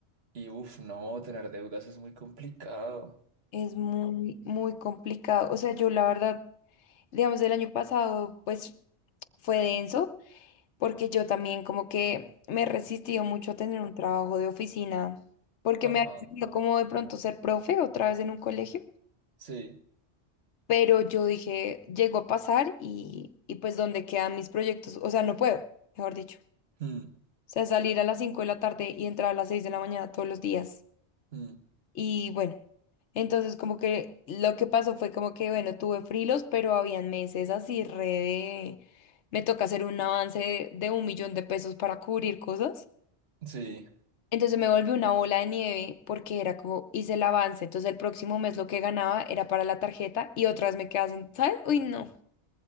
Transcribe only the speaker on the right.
y uff, no, tener deudas es muy complicado.
Ajá,
sí.
Mm,
mm,
Sí,